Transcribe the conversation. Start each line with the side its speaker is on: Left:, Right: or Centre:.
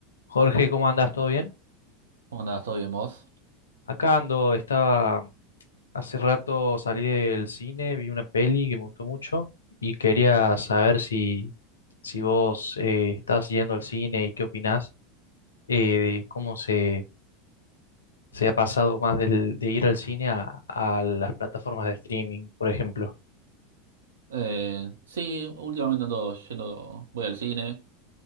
Left: Jorge, ¿cómo andas? ¿Todo bien?
Right: ¿Cómo andás? ¿Todo bien vos?
Left: Acá ando, estaba hace rato salí del cine, vi una peli que me gustó mucho y quería
Right: Ah.
Left: saber si, si vos eh, estás yendo al cine y qué opinás eh, de cómo se, se ha pasado más del, de ir al cine a, a las plataformas de streaming, por ejemplo.
Right: Eh, sí, últimamente ando yendo, voy al cine,